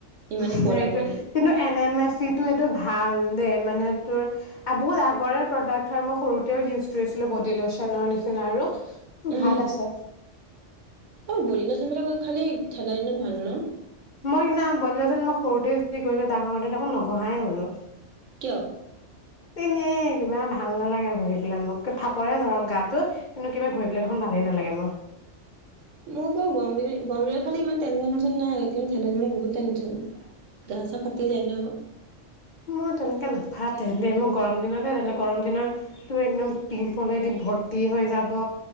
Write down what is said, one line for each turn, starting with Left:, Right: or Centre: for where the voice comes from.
Right: ইমানেই
Left: সেইটোৱে
Right: প্ৰডাক্ট মানে
Left: কিন্তু এন এম এফ ইটো এইটো ভাল দেই মানে তোৰ বহুত আগৰে প্ৰডাক্ট হয়, মই সৰুতেও ইউজ কৰিছিলোঁ বডি ল'চনৰ নিচিনা আৰু।
Right: উম,
Left: ভাল আছে
Right: অ' বৰি ল যুনবিলাকৰ খালি ঠাণ্ডা দিনত ভাল ন'?
Left: মই সিদিনা বডী লোচন মই সৰুতে যি ঘঁহিছো, ডাঙৰ হওঁতে দেখোন নঘঁহাই হ'লো।
Right: কিয়
Left: <unintelligible> কিবা ভাল নালাগে, ঘঁহি পেলাই মোৰ একে ফাপৰে ধৰক গাটো কিন্তু কিবা ঘঁহি পেলাই দেখোন ভালেই নালাগে মোৰ।
Right: মই ব গৰম দিন গৰম দি খালি ইমান টেনচন ন্যন নাই কিন্তু ঠাণ্ডা ঠডা বহুত টেনচন গা চা ফাাটি যায় ন আৰু
Left: মোৰ তেনেকে নাভা তে মোৰ গৰম দিনতে তেনেকা গৰম দিনতটো একদম পিম্পলেদি ভৰ্তি হৈ যাব।